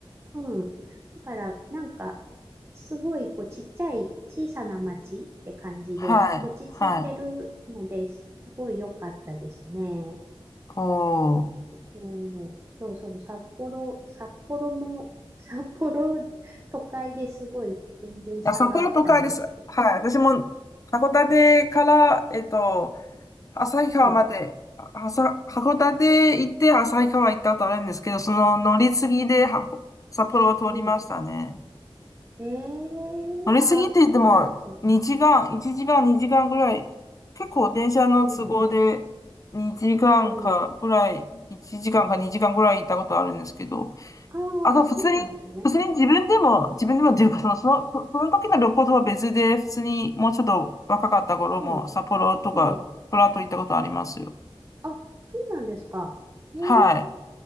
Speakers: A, on the right; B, on the left.
A: うん。だからなんか、すごいこうちっちゃい小さな町って感じで落ち着いてるのです、
B: はい、はい。
A: すごい良かったですね。
B: おー。
A: そう、そうそう、札幌、札幌も、札幌、都会ですごい全然差があったんですけど。
B: あ、札幌都会です。はい。私も、函館から、えっと、旭川まで、
A: うん、
B: あはさ、函館行って旭川行ったことあるんですけど、その乗り継ぎでは札幌を通りましたね。
A: うん。ええ
B: 乗りすぎって言っても、
A: ああ、そうなんですね。
B: 2時間、1時間、2時間ぐらい、結構電車の都合で2時間かぐらい、
A: うん、うん。
B: 1時間か2時間ぐらい行ったことあるんですけど、
A: ああ、
B: あと普通に、
A: そうなんですね。
B: 普通に自分でも、自分でもっていうか、その、その、そその時の旅行とは別で、普通にもうちょっと若かった頃も、
A: うん、
B: 札幌とか、
A: うん。
B: プラート行ったことありますよ。
A: あ、そうなんですか。ええ
B: はい。